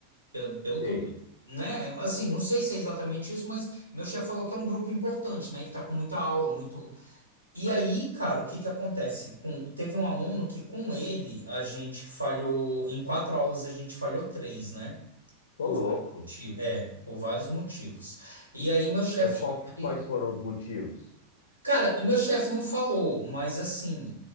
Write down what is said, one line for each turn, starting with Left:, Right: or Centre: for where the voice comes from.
Right: Pelo, pelo
Left: Sei.
Right: que eu, né? Assim, não sei se é exatamente isso, mas meu chefe falou que é um grupo importante, né? Que tá com muita aula, muito. E aí, cara, o que que acontece? Com, teve um aluno que com ele a gente falhou, em quatro aulas a gente falhou três, né?
Left: Ô,
Right: Por
Left: louco.
Right: vários motivos. É, por vários motivos. E aí meu chefe
Left: Mas qual-
Right: já veio.
Left: quais foram os motivos?
Right: Cara, meu chefe não falou, mas assim,